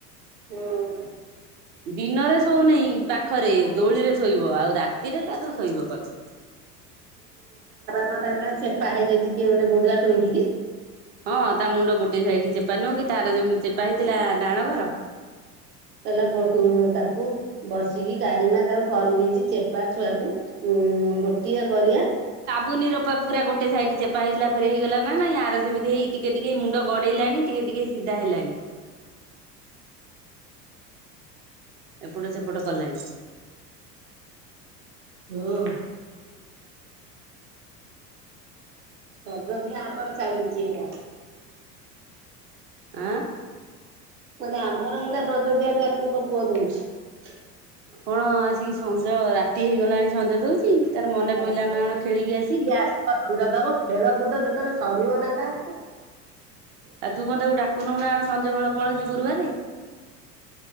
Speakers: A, on the right (about 70°); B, on the right (about 25°).
A: ହଁ।
B: ଦିନରେ ଶୋଉନେଇ ପାଖରେ ଦୋଳିରେ ଶୋଇବ ଆଉ ରାତିରେ ତାର ଶୋଇବ ପାଖରେ।
A: ହଁ ତାର କଲେଚେପା ହେଇଯାଇଛି କିଏ ଗୋଟେ କହୁଉଥିଲା ଟୁଇଁକିଲି।
B: ହଁ ତା ମୁଣ୍ଡ ଗୋଟେ ସାଇଡି ଚେପା ନୁହଁ କି ତାର ଯେମିତୀ ଚେପା ହେଇଥିଲା ଡାହଣକର।
A: କହିଲା ଗୋଟୁନ ତାକୁ ବସିକି ଗାଳିମା ତାକୁ କରିଦେଇଛି ଚେପା ଛୁଆକୁ। ଉଁ ଗୋଟିଏ କରିବାଆ।
B: ପୁନିରା ପୁର ଗୋଟେ ସାଇଡ୍ ଚେପ ହେଥିଲା ଫେରେ ହେଇଗଲା ନାାଇଁ ଆର ସେମିତି ହେଇ ଟିକେ ଟିକେ ମୁଣ୍ଡ ଗଡେଇଲାଣି ଟିକେ ଟିକେ ସିଧା ହେଲଣିି। ଏପଟେ ସେପଟ କଲାଣି।
A: ହୁଁ। ରାଜ ବି ଆମର ଚାଲିଲିଛି ଏଇନା।
B: ଆଁ।
A: ମାନେ ଆମର ଏନା ସଂଯଦିଆଚାଲିଛି ମୋ ପୁଅ ଦଉଛି।
B: କଣ ଆସିକି ସଞ୍ଜ ରାତି ହେଇଗଲାଣି ସଞ୍ଜ ଦଉଛି। ତାର ମନେ
A: ଆଛା
B: ପଇଲା
A: ସେ
B: ନା କଣ ଖେଳିକି ଆସିକି
A: ଆସିବ ସଞ୍ଜ ଦେବ ଖେଳକୁୁଦ ଯେତେ ତେ ସରିିଗଲାପା।
B: ଆ ତୁ କଣ ଡାକୁନଉ ନା କଣ ସଞ୍ଜ ବେଳ ପଳେଇଚଛି ଗୁରୁବାରେ।